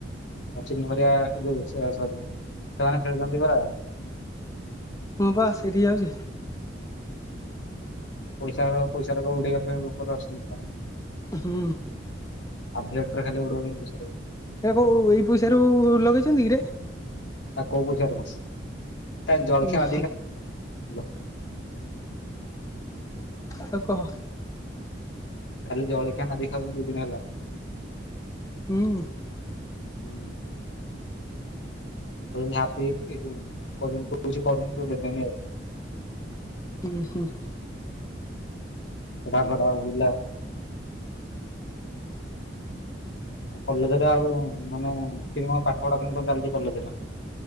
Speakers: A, on the left; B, on the left.
A: ସଚିନ ହେରିଆ ଏ ଯୋଉ ସରି ସେମାନେ ଖେଳୁଛନ୍ତି ପରା।
B: ହଁ ପା ସେଇଠି ଯାଉଛି।
A: ପଇସା ପଇସା ର ଉଡେଇବା ଉପରେ ଅଛନ୍ତି ଲୋକ।
B: ହୁଁ।
A: ଆଧୀ <unintelligible> ଖାଲି ଉଡୋଉଚନି ପଇସାଉରା କୁ।
B: ହେଆ କୁ ଏଇ ପଇସା ରୁ ଲଗେଇଛନ୍ତି କିରେ?
A: ଆଉ କୋଉ ପଇସାରୁ, ତା ଜଳଖିଆ
B: ଉଁ ହୁଁ
A: <unintelligible>
B: ଆଉ କହ।
A: ଖାଲି ଜଳଖିଆ ନାଦିକି ଖାଉଛନ୍ତି ଦି ଦିନ ହେଲା।
B: ହୁଁ।
A: ହୁଁ। କହୁଚନ୍ତି ହାପି ହେଇକି ତୁ କହୁଛନ୍ତି ତୁ କିଛି କରୁନୁ <unintelligible>
B: ଉଁ ହୁଁ।
A: <unintelligible> ଆଉ କଲେଜରେ ଆଉ ମାନେ କେନୀ କ ପାଠ ପଢା, କେମିତି କଣ ଚାଲିଛି କଲେଜରେ?